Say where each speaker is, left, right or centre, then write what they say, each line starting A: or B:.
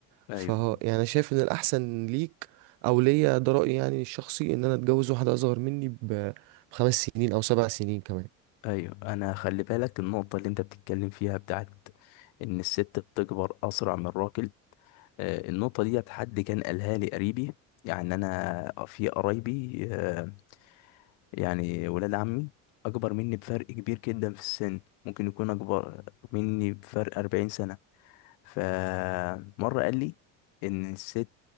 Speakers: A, on the left (about 75°); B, on the right (about 70°).
A: ايوه
B: فهو يعني أنا شايف ان الاحسن ليك او ليا ده رايي يعني الشخصي ان انا اتجوز واحده اصغر مني ب- بخمس سنين او سبع سنين كمان
A: ايوه انا خلي بالك النقطه اللي انت بتتكلم فيها بتاعت ان الست بتكبر اسرع من الراجل آه، النقطه دي حد كان قالها لي قريبي يعني انا في قرايبي آه، يعني ولاد عمي اكبر مني بفرق كبير جدا في السن ممكن يكون اكبر مني بفرق 40 سنه فمرة قال لي إن الست